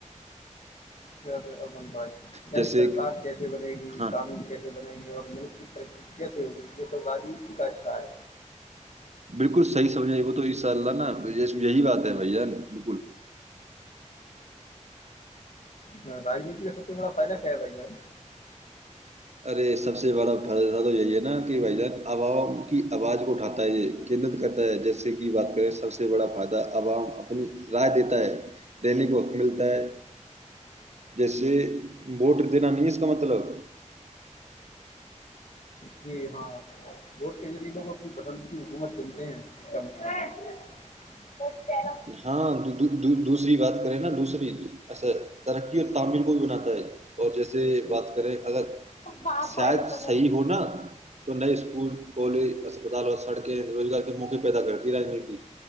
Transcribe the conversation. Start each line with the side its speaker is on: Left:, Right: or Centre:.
Left: شر امن بھائی یعنی
Right: جیسے
Left: سرکار کیسے بنے گی
Right: ہاں
Left: قانون کیسے بنے گی اور ملک کی ترقی کیسے ہوگی یہ سب راجنیتی کا حصہ ہے
Right: بالکل صحیح سمجھ گے وہ تو انشاء اللہ نا یہی بات ہے بھان بالکل
Left: ہاں راجنیتی کا سب کا فائدہ کیا ہے بھائی جان
Right: ارے سب سے بڑا فائدہ تو یہی ہے نا کہ بھائی جان عوام کی آواز کو اٹھاتا ہے یہ کیندرت کرتا ہے جیسے کہ بات کریں سب سے بڑا فائدہ عوام اپنی رائے دیتا ہے دینے کو حق ملتا ہے جیسے ووٹ دینا نہیں اس کا مطلب
Left: جی ہاں ووٹ کے ذریعے لوگ اپنی پسند کی حکومت چنتے ہیں اس کا مطلب بس پیرہ
Right: ہاں دو- دو- دوسری بات کرے نا دوسری ایا ترقی اور تامل
Left: بس
Right: کو
Left: پہلا
Right: بھی بناتا ہے اور جیسے بات کریں اگر
Left: اب باس
Right: شاید
Left: فائدے تو
Right: صحیح
Left: میرے
Right: ہو نا تو نئے اسکول کالج اسپتال اور سڑکیں روزگار کے موقع پیدا کرتی راجنیتی